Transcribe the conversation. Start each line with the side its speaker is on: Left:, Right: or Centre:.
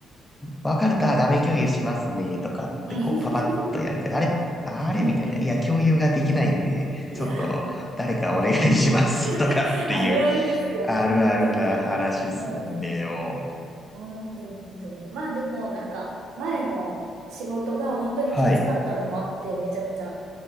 Left: わかるとあ画面共有しますねとかってこう、
Right: う。うん <laughs>
Left: パパッとやるけど、あれ、あれみたいな、
Right: うんうんうん。
Left: いや、共有ができないんで、
Right: いや
Left: ちょっと誰かお願いしますとかっていう、
Right: ー、もう、あるあるですよね、
Left: あるあるな話すんでよ。
Right: 本当に。うんうん。本当に本当に。まあでも、なんか、前の仕事が本当にきつかったのもあって、
Left: はい。
Right: めちゃめちゃ。